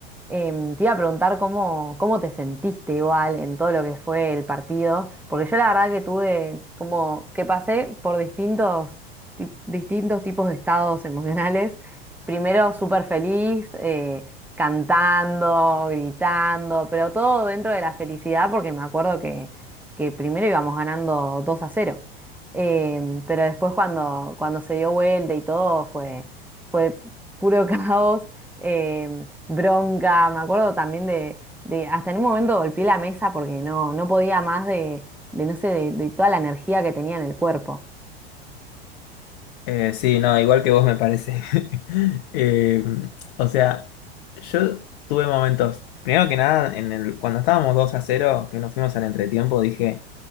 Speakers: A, in the centre; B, on the left.
A: Em, te iba a preguntar cómo, cómo te sentiste igual en todo lo que fue el partido, porque yo la verdad que tuve como que pasé por distintos ti- distintos tipos de estados emocionales. Primero súper feliz, eh, cantando, gritando, pero todo dentro de la felicidad, porque me acuerdo que, que primero íbamos ganando dos a cero Em, pero después cuando, cuando se dio vuelta y todo fue, fue puro <laughs> caos, em, bronca. Me acuerdo también de, de- hasta en un momento golpeé la mesa porque no, no podía más de, de, no sé, de de toda la energía que tenía en el cuerpo.
B: Eh, sí, no, igual que vos me parece. <laughs> Eh, o sea, yo tuve momentos, primero que nada, en el, cuando estábamos 2 a cero, que nos fuimos al entretiempo, dije,